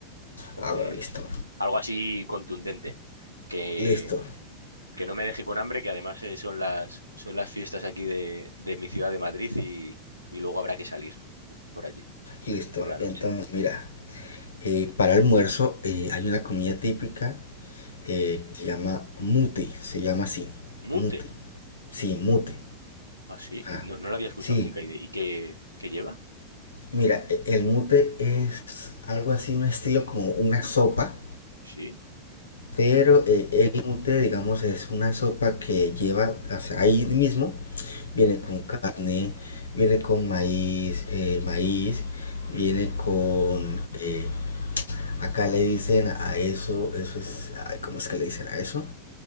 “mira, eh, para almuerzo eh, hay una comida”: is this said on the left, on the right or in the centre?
Left